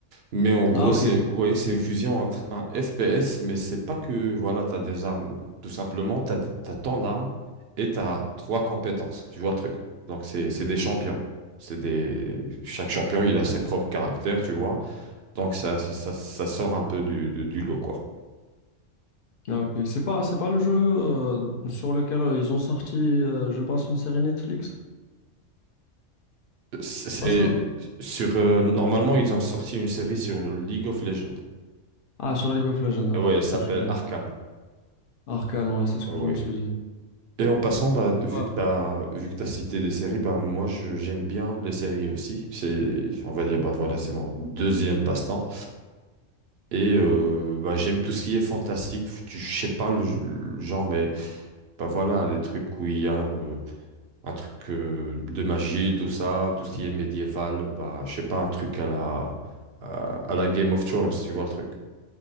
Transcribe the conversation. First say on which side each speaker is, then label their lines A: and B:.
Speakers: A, on the right (about 60°); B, on the left (about 50°).
A: Mais en gros,
B: Ah, ok.
A: c'est ouais, c'est une fusion entre un FPS, mais c'est pas que voilà, t'as des armes. Tout simplement, t'as, t'as tant d'armes et t'as trois compétences. Tu vois le truc. Donc c'est c'est des champions. C'est des. Chaque champion, il a ses propres caractères, tu vois. Donc ça, ça, ça- ça sort un peu du, du, du lot, quoi.
B: Ah, ok. C'est pas, c'est pas le jeu euh, sur lequel euh, ils ont sorti, euh, je pense, une série Netflix.
A: C'est
B: C'est pas ça?
A: sur euh, normalement ils ont sorti une série sur League of Legends.
B: Ah, sur League of Legends, ok.
A: Ah Ouais, elle s'appelle
B: Excuse-moi.
A: Arcane.
B: Arcane, ouais, c'est ce
A: Ah
B: que
A: Ouais.
B: je me suis dit.
A: Et en passant, bah, vu
B: Ouais.
A: que t'as vu que t'as cité des séries, bah moi je- j'aime bien les séries aussi. C'est, on va dire, bah voilà, c'est mon deuxième passe-temps. Et euh, bah, j'aime tout ce qui est fantastique. Tu- Je sais pas le, le genre, mais bah voilà, les trucs où il y a euh, Un truc euh, de magie, tout ça, tout ce qui est médiéval, bah, je sais pas, un truc à la, à, à la Game of Thrones, tu vois le truc.